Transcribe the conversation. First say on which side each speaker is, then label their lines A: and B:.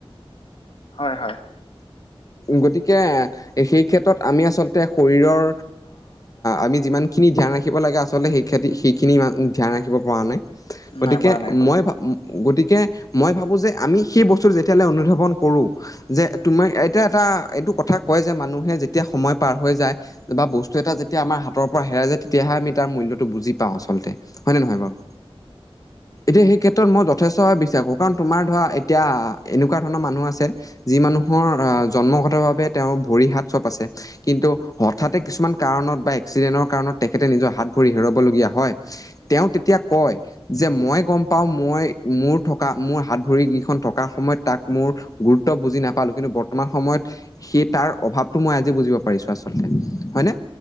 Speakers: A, on the left; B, on the left.
A: হয় হয়
B: গতিকে সেই ক্ষেত্ৰত আমি আচলতে শৰীৰৰ আমি যিমান সখিনি ধ্যান ৰাখিব লাগে আচলতে সেই খেতি সেইখিনি ধ্যান ৰাখিব পৰা নাই গতিকে
A: নাই পৰা নাই পৰা
B: মই ভ গতিকে মই ভাবো যে আমি সেই বস্তু যেতিয়াললে অনুধৱ ন কৰো যে তুমি এতিয়া এটা এইটো কথা কয় যে মানুহে যেতিয়া সময় পাৰ হৈ যায় বা বস্তু এটা যেতিয়া আমাৰ হাতৰ পৰা হেৰাই যায় তেতিয়াহে আমি তাৰ মূল্যটো বুজি পাওঁ আচলতে হয়নে নহয় বাৰু এতিয়া সেই ক্ষেত্ৰত মই যথেষ্ট ভাৱে বিশ্বাস কৰো কাৰণ তোমাৰ ধৰা এতিয়া এনেকুৱা মানুহ আছে যি মানুহৰ আহ জন্মগতভাৱে তেওঁৰ ভৰি হাত চব আছে কিন্তু হঠাতে কিছুমান কাৰণত বা এক্সিডেণ্টৰ কাৰণত তেখেতে নিজৰ হাত ভৰি হেৰুবলগীয়া হয় তেওঁ তেতিয়া কয় যে মই গম পাওঁ মই মোৰ থকা মোৰ হাত ভৰি কেইখন থকাৰ সময়ত তাক মোৰ গুৰুত্ব বুজি নাপালো কিন্তু বৰ্তমান সময়ত সেই তাৰ অভাৱতো মই আজি বুজিব পাৰিছো আচ আচলতে হয়নে